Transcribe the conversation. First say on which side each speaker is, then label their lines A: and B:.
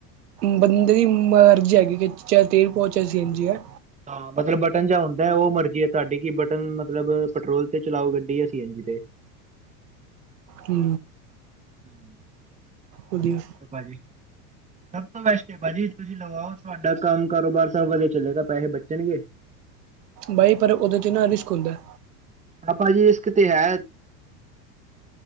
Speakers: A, on the right (about 85°); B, on the right (about 15°).
A: ਬੰਦੇ ਦੀ ਮਰਜ਼ੀ ਹੈਗੀ, ਕਿ ਚਾਹ ਤੇਲ ਪਵਾਏ ਚਾਹੇ ਸੀ ਐਨ ਜੀ ਹੈ।
B: ਹਾਂ ਮਤਲਬ ਬਟਨ ਜੇਹਾ ਹੁੰਦਾ, ਉਹ ਮਰਜ਼ੀ ਹੈ ਤੁਹਾਡੀ, ਕਿ ਬਟਨ ਮਤਲਬ ਪੈਟਰੋਲ ਤੇ ਚਲਾਓ ਗੱਡੀ, ਯਾ ਸੀ ਐਨ ਜੀ ਤੇ।
A: ਹੂ
B: ਹਮ <unintelligible>
A: ਵਧੀਆ
B: ਭਾਜੀ ਸਭ ਤੋਂ ਬੈਸਟ ਐ, ਭਾਜੀ ਤੁਸੀਂ ਲਗਾਓ, ਤੁਹਾਡਾ ਕੰਮ ਕਾਰੋਬਾਰ ਸਭ ਵਧੀਆ ਚਲੇਗਾ, ਪੈਸੇ ਬਚਣਗੇ। <unintelligible>
A: ਬਾਈ ਪਰ ਉਹਦੇ ਚ ਨਾ ਰਿਸਕ ਹੁੰਦਾ।
B: ਪਾਪਾ ਜੀ, ਰੀਸਕ ਤੇ ਹੈ।